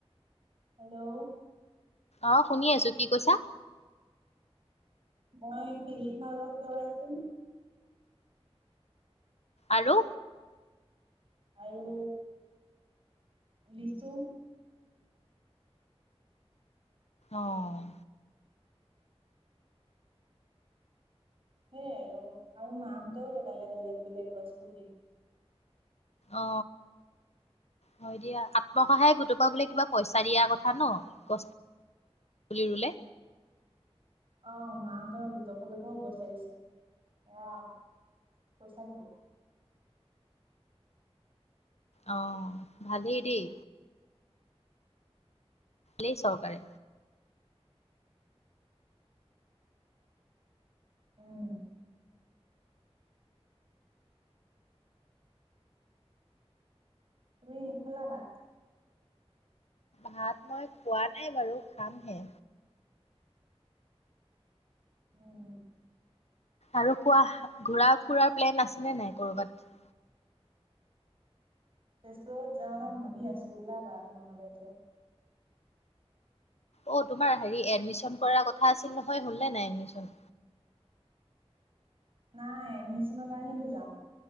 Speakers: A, on the right; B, on the left.
A: হেল্ল'
B: অ শুনি আছো কি কৈছা
A: মহ চিলিখা গছ লগাইছো
B: আৰু
A: আৰু লিচু
B: আহ
A: সেইয়াই আৰু আৰু মাহঁতেও লগালে বেলেগ বেলেগ গছ পুলি
B: অ হয় দিয়া আত্মসহায়ক গোটপা বোলে কিবা পইচা দিয়া কথা ন গছ ৰুলে
A: অ মাহঁতৰ গোটৰ ফালৰ পৰাও গছ আহিছে এয়া পইচা দিব
B: অ ভালেই দেই লেই চহকাৰে
A: উম তুমি খালা ভাত
B: ভাত মই খোৱা নাই বাৰু খামহে
A: উম
B: আৰু কোৱা ঘুৰা ফুৰাৰ প্লেন আছে নে নাই কবাত
A: তেজপুৰত যাওঁ ন ভাবি আছো ওলাবা নহ'লে এতিয়া
B: অ তোমাৰ হেৰি এডমিশন কৰাৰ কথা আছিল নহয় হলনে নাই এডমিশন
A: নাই এডমিশনৰ কাৰণো যাম